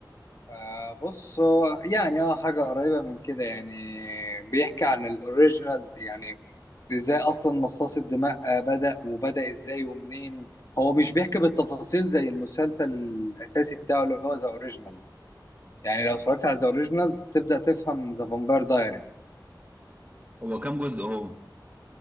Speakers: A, on the left; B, on the right.
A: آه بص هو يعني اه حاجة قريبة من كده يعني بيحكي عن الاوريجينالز يعني ازاي اصلا مصاص الدماء آه، بدأ وبدأ ازاي ومنين هو مش بيحكي بالتفاصيل زي المسلسل الاساسي بتاعه اللي هو ذا اوريجينالز يعني لو اتفرجت على ذا اوريجينالز تبدأ تفهم ذا فامباير دايريز
B: هو كام جزء هو